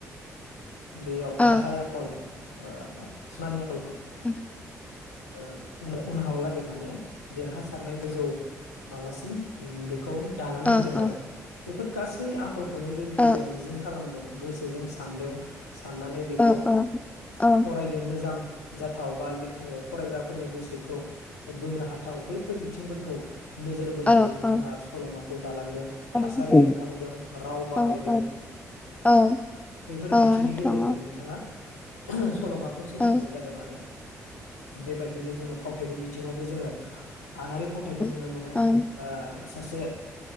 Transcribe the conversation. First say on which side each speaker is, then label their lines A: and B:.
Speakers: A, on the left (about 85°); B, on the left (about 15°).
A: बेयाव
B: औ
A: गाहाय आखल। ओ <inaudible> आखलखौ।
B: उम।
A: ओ उनहाव लागै माने देरहासारनाय गोजौ माबासिम दानानै
B: औ
A: होदों
B: औ
A: आरो बेफोर गासै आ कलखौनो लिरगिरिया
B: औ
A: मिजिं खालामदों। गोसोजों सानदों। साननानै बेखौ
B: औ औ
A: फरायनो मोजां जाथाव बा फरायग्रा। फोरनि गोसोखौ। बोनो हाथाव बैफोर बिथिंफोरखौ। खौ नोजोर बोनानै
B: औ
A: बिथाङा
B: औ नोंथां औ
A: सल'मा। दालांदों
B: औ नों औ
A: थासारि
B: ओं
A: एरखांदों राव बाहायदों,
B: औ औ ओं
A: बैफोर
B: औ
A: नि गेजेरजों
B: औ
A: बिथांङा <unintelligible> सलमाखौ सोरजिनाय
B: ओं
A: जादों आरो बेबायदिनो जोंङो फावथायनि बिथिङावबो जोंङो आनारि फावथायखौ नुनो
B: ओं
A: मोनो सासे